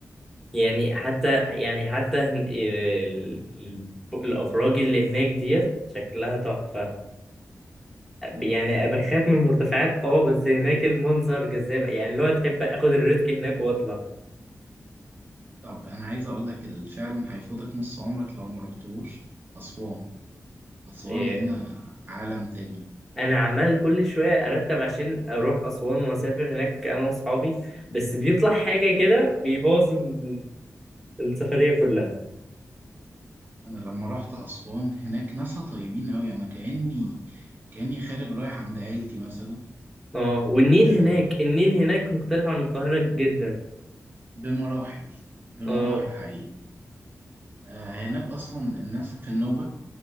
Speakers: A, in the centre; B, on the right.
A: يعني حتى يعني حتى هن- ال- ال- الأبراج اللي هناك ديت شكلها تحفة يعني بخاف من المرتفعات اه بس هناك المنظر جذاب يعني اللي هو تحب اخد الريسك هناك واطلع
B: طب انا عايز اقول لك اللي فعلا هيفوتك نص عمرك لو ما رحتوش اسوان اسوان
A: إيه،
B: هنا عالم تاني
A: انا عمال كل شوية ارتب عشان اروح اسوان واسافر هناك انا واصحابي بس بيطلع حاجة كده بيبوظ ال- السفرية كلها
B: انا لما رحت اسوان هناك ناسها طيبين قوي انا كاني كاني خارج رايح عند عيلتي مثلا
A: اه والنيل
B: آه
A: هناك النيل هناك مختلف عن القاهرة جدا
B: بمراحل بمراحل
A: اه
B: حقيقي آه هناك اصلا الناس في النوبة